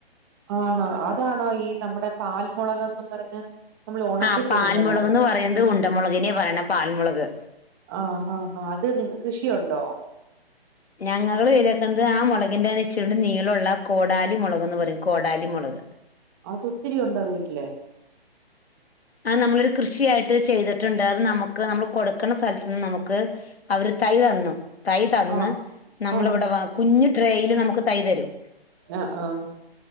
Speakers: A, on the right; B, on the left.
A: ആണോ അതാണോ ഈ നമ്മുടെ പാൽമുളകന്ന് പറഞ്ഞ് നമ്മൾ ഉണക്കി
B: ആഹ് പാൽമുളക്ന്ന്
A: തരുന്നത്
B: പറയുന്നത് ഉണ്ടമുളകിനേ പറയണ് പാൽമുളക്
A: ആഹ് ആഹ് ആഹ് അത് നി കൃഷിയുണ്ടോ
B: ഞങ്ങള് ചെയ്തേക്ക്ണത് ആ മുളകിന്റെന്ന് ഇച്ചീഠെ നീളള്ള കോടാലി മുളക്ന്ന് പറയും കോടാലി മുളക്
A: അത് ഒത്തിരി ഉണ്ടോ വീട്ടില്
B: അത് നമ്മളൊരു കൃഷിയായിട്ട് ചെയ്തിട്ടുണ്ട് അത് നമുക്ക് നമ്മൾ കൊടുക്കുന്ന സ്ഥലത്തു നിന്ന് നമുക്ക് അവര് തൈ തന്നു തൈ തന്ന്
A: ആഹ്
B: നമ്മളിവിടെ
A: ആഹ്
B: കുഞ്ഞ് ഡ്രയില് നമുക്ക് തൈ തരും
A: ആഹ് ആഹ്